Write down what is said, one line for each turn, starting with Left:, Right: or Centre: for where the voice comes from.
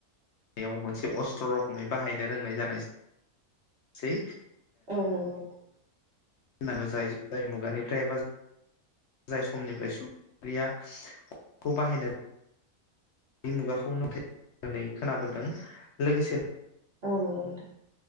Left: आव मोनसे अस्त्र' रखमै बाहायनो रोंनाय जानायसै
Right: औ नंगौ
Left: <unintelligible> जायो जाय मुगानिफ्राय एबा जाय समनिफ्राय सु <unintelligible> याखौ बाहायनो बे मुगाखौ <unintelligible> नानै खोनाबोदों लोगोसे
Right: औ नंगौ नोंथां